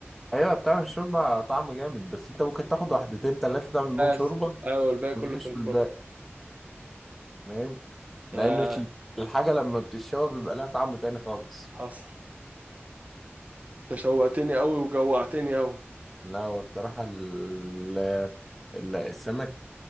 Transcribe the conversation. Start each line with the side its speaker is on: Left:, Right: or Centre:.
Centre: ايوه بتعمل شوربة طعم جامد بس انت ممكن تاخد واحدتين تلاتة تعمل بيهم
Right: بس
Centre: شوربة
Right: ايوه الباقي
Centre: وتشوي
Right: كله في الفرن
Centre: الباقي فاهم لان
Right: يا
Centre: الحاجة لما بتتشوى بيبقى لها طعم تاني خالص
Right: حصل تشوقتني قوي وجوعتني قوي
Centre: لا والصراحة ال- ال- السمك